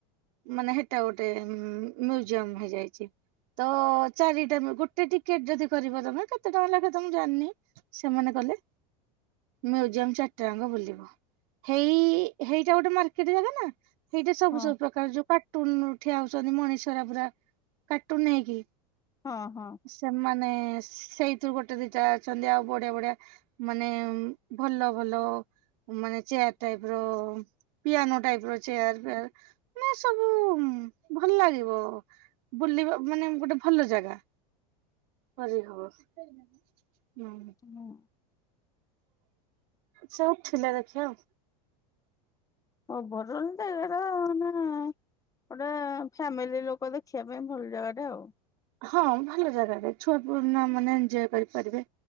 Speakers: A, on the right (about 65°); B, on the left (about 15°).
A: ମାନେ ହେ଼ଟା ଗୋଟେ ମ୍ୟୁଜିୟମ ହେଇଯାଇଛି। ତ ଚାରିଟା ଗୋଟେ ଟିକେଟ ଯଦି କରିବ ତମେ କେତେ ଟଙ୍କା ଲେଖା ତ ମୁଁ ଜାଣିନି। ସେମାନେ କଲେ ମୁଜିୟମ ଚା ଟା ଆଙ୍କ ବୁଲିବ ହେଇ ହେଇଟା ଗୋଟେ ମକେର୍ଟ ଜାଗା ନା ସେଇଟା ସବୁ
B: ହଁ
A: ସବୁ ପ୍ରକାର ଯୋଉ କାର୍ଟୁନ ଠିଆ ହଉଛନ୍ତି ମଣିଷର ପୁରା କାର୍ଟୁନ ନେଇକି।
B: ହଁ ହଁ।
A: ସେମାନେ ସେଇଥିରୁ ଗୋଟେ ଦିଟା ଅଛନ୍ତି ଆଉ ବଢିଆ ବଢିଆ ମାନେ ଭଲ। ଭଲ ମାନେ ଚେୟାର ଟାଇପର ପିଆାନୋ ଟାଇପ ର ଚେୟାର ପେୟାର। ମାନେ ସବୁ ଭଲ ଲାଗିବ। ବୁଲିବା ମାନେ ଗୋଟେ ଭଲ ଜାଗା କରିହବ। ହୁଁ।
B: ହୁଁ
A: ସେ ଉଠିଲେ ଦେଖିବା ଆଉ।
B: <unintelligible> ଗୋଟେ ଫ୍ୟାମିଲି ଲୋକ ଦେଖିବା ପାଇଁ ଭଲ ଜାଗା ଟା ଆଉ।
A: ହଁ ଭଲ ଜାଗାଟେ ମାନେ ଛୁଆ ପୁଆ ମାନେ ଏନଞ୍ଜୟ୍ କରିପାରିବେ।